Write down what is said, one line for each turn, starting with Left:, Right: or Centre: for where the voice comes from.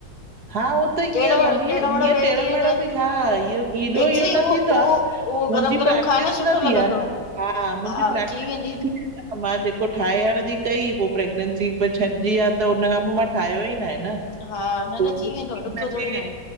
Right: हाँ, होत ईअं
Left: टेड़ो
Right: हली--ईअं
Left: टेड़ो मेड़ो वेलजी
Right: टेड़ो-मेड़ो
Left: वेंदो
Right: बि--हाँ, यो हेॾो
Left: एक्चुली
Right: इयो
Left: उहो
Right: न थींदो आं।
Left: उहो उहो
Right: मुंहिंजी
Left: गरम गरम
Right: प्रैक्टिस
Left: खाए सुठो
Right: न थी
Left: लॻंदो
Right: आ न। हाँ, मुंहिंजी
Left: हा
Right: प्रैक्टिस
Left: वेंदी
Right: न थी आ न। मां जेको ठाहयण जी कई पो प्रैगनेंसी में छॾजी वयो आ त हुन खां पो मां ठाहियो ई न आहे।
Left: हा न न
Right: इनखे
Left: थी वेंदो ॾुखियो थोरी न आहे